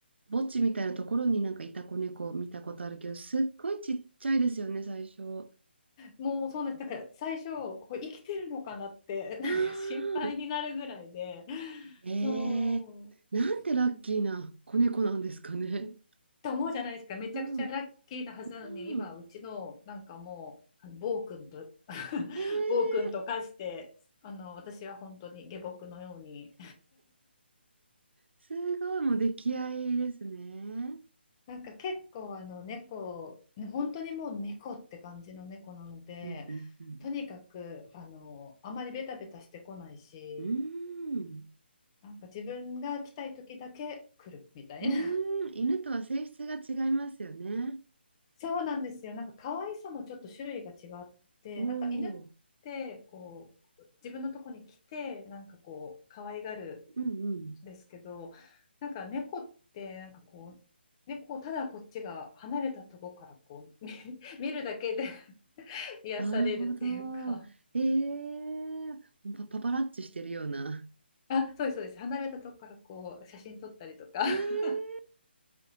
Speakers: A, on the right; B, on the left.
A: 墓地みたいなところになんかいた子猫を見たことあるけど、すっごいちっちゃいですよね、最初。
B: もうそうなんです。だから最初、これ生きてるのかなって、なんか心配になるぐらいで、
A: ああ、ええなんてラッキーな子猫なんですかね。
B: そう。うんと思うじゃないですか。めちゃくちゃラッキーなはずなのに、
A: うん、うん。
B: 今、うちのなんかもう、あの暴君と <laughs>、
A: ええ
B: 暴君と化して、あの、私は本当に下僕のように。
A: すごい、もう出来合いですね。
B: なんか結構あの猫、ね本当にもう猫って感じの猫なので、
A: うん、うん、
B: とにかくあのあまりベタベタしてこないし、
A: うん。うーん。
B: なんか自分が来たい時だけ来るみたいな
A: うーん、犬とは性質が違いますよね。
B: そうなんですよ。なんか可愛さもちょっと種類が違って、
A: おお、
B: なんか犬ってこう自分のとこに来てなんかこう可愛がる
A: うんうん。
B: んですけど、なんか猫ってなんかこう猫をただこっちが離れたとこからこう見 <laughs> 見るだけで <laughs> 癒されるっていうか、
A: なるほど。ええーパ、パパラッチしてるような。
B: あ、そうですそうです。離れたとこからこう写真撮ったりとか。
A: ええー
B: <laughs>